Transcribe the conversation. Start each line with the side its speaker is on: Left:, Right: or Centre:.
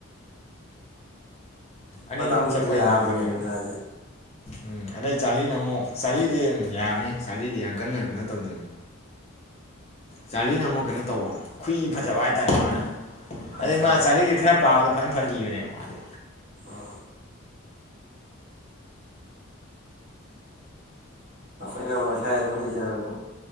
Left: ꯑꯅꯤꯗꯨꯅ
Right: ꯃꯗꯥꯎꯖꯨ
Left: ꯆꯞꯄ
Right: ꯌꯥꯝ ꯌꯥꯕꯅꯦꯃꯤ
Left: ꯏꯟꯈꯠꯂꯛꯄꯅꯦꯕ
Right: ꯃꯥꯖꯦ
Left: ꯎꯝ ꯑꯗꯩ ꯆꯥꯔꯂꯤꯅ ꯑꯃꯨꯛ ꯆꯥꯔꯂꯤꯗꯤ ꯎꯝ ꯌꯥꯕꯅꯤ ꯆꯥꯔꯂꯤꯗꯤ ꯌꯥꯝ ꯀꯟꯅ ꯀꯩꯅꯣ ꯇꯧꯗꯝꯅꯤ ꯆꯥꯔꯂꯤꯅ ꯑꯃꯨꯛ ꯀꯩꯅꯣ ꯇꯧꯕ ꯈꯨꯏ ꯐꯖꯕ ꯍꯥꯏꯇꯥꯔꯦ ꯃꯥꯅ
Right: ꯐꯖ
Left: ꯑꯗꯩ ꯃꯥ ꯆꯥꯔꯂꯤꯗꯤ ꯈꯔꯞ ꯄꯥꯕꯗꯣ ꯐꯟ ꯐꯟ ꯏꯕꯅꯦ ꯃꯥꯗꯤ
Right: ꯑꯥ ꯑꯈꯣꯏꯅ ꯑꯃꯨꯛ ꯃꯁꯥꯏ ꯑꯗꯨꯝ ꯍꯩꯖꯔꯛꯄ